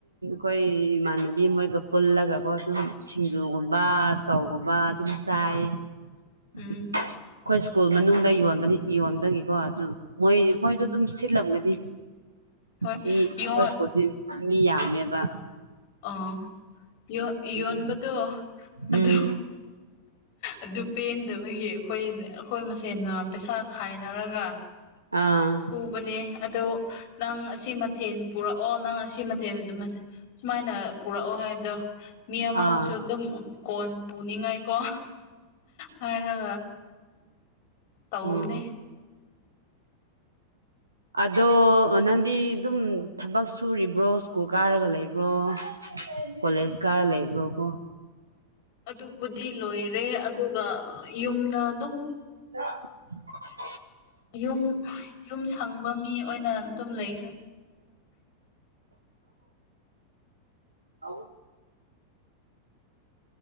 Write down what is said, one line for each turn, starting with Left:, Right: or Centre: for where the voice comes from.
Right: ꯑꯩꯈꯣꯏ ꯏꯃꯥꯟꯅꯕꯤ ꯃꯣꯏꯒ ꯄꯨꯜꯂꯒꯀꯣ ꯑꯗꯨꯝ ꯁꯤꯡꯖꯨꯒꯨꯝꯕ ꯆꯧꯒꯨꯝꯕ ꯑꯗꯨꯝ ꯆꯥꯏ ꯍꯥꯏꯌꯦ ꯑꯩꯈꯣꯏ
Left: ꯎꯝ
Right: ꯁ꯭ꯀꯨꯜ ꯃꯅꯨꯡꯗ ꯌꯣꯟꯕꯅꯤ ꯌꯣꯟꯕꯗꯒꯤꯀꯣ ꯑꯗꯨꯝ ꯃꯣꯏ ꯃꯣꯏꯁꯨ
Left: ꯎꯝ
Right: ꯑꯗꯨꯝ ꯁꯤꯠꯂꯝꯒꯅꯤ
Left: ꯍꯣꯏ
Right: ꯃꯤ ꯑꯩꯈꯣꯏ
Left: ꯌꯣ
Right: ꯁ꯭ꯀꯨꯜꯗꯤ ꯃꯤ ꯌꯥꯝꯃꯦꯕ
Left: ꯑꯣ ꯌ
Right: ꯑꯗꯨꯒ
Left: ꯌꯣꯟꯕꯗꯣ ꯑꯣ
Right: ꯎꯝ
Left: ꯑꯗꯨ ꯄꯦꯟꯗꯕꯒꯤ ꯑꯩꯈꯣꯏ ꯑꯩꯈꯣꯏ ꯃꯁꯦꯟꯅ ꯄꯩꯁꯥ ꯈꯥꯏꯅꯔꯒ
Right: ꯑꯥ
Left: ꯆꯨꯕꯅꯦ ꯑꯗꯣ ꯅꯪ ꯑꯁꯤ ꯃꯊꯦꯜ ꯄꯨꯔꯛꯑꯣ ꯅꯪ ꯑꯁꯤ ꯃꯊꯦꯜ ꯁꯨꯃꯥꯏꯅ ꯄꯨꯔꯛꯑꯣ ꯍꯥꯏꯕꯗꯣ ꯃꯤ ꯑꯃꯕꯨꯁꯨ
Right: ꯑꯥ
Left: ꯑꯗꯨꯝ ꯀꯣꯟ ꯄꯨꯅꯤꯡꯉꯥꯏ ꯀ ꯍꯔ ꯇꯧꯅꯦ
Right: ꯎꯝ ꯑꯗꯣ ꯅꯪꯗꯤ ꯑꯗꯨꯝ ꯊꯕꯛ ꯁꯨꯔꯤꯕ꯭ꯔꯣ ꯁ꯭ꯀꯨꯜ ꯀꯥꯔꯒ ꯂꯩꯕ꯭ꯔꯣ ꯀꯣꯂꯦꯖ ꯀꯥꯔ ꯂꯩꯕ꯭ꯔꯣꯀꯣ
Left: ꯑꯗꯨꯕꯨꯗꯤ ꯂꯣꯏꯔꯦ ꯑꯗꯨꯒ ꯌꯨꯝꯗ ꯑꯗꯨꯝ
Right: <inaudible>
Left: ꯌꯨꯝ ꯌꯨꯝ ꯁꯪꯕ ꯃꯤ ꯑꯣꯏꯅ ꯑꯗꯨꯝ ꯂꯩꯈ꯭ꯔꯦ
Right: ꯍꯂꯣ